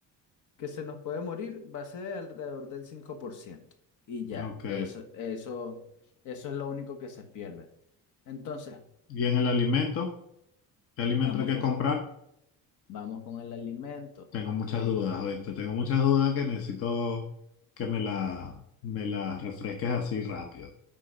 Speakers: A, on the left (about 55°); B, on the left (about 40°).
A: que se nos puede morir va a ser alrededor del cinco por ciento Y ya,
B: Ok.
A: eso, eso, eso es lo único que se pierde. Entonces,
B: ¿Y en el alimento? ¿Qué alimento
A: vamos
B: hay que
A: con,
B: comprar?
A: vamos con el alimento.
B: Tengo muchas
A: ok.
B: dudas, ¿oíste? Tengo muchas dudas que necesito que me la, me las refresques así rápido.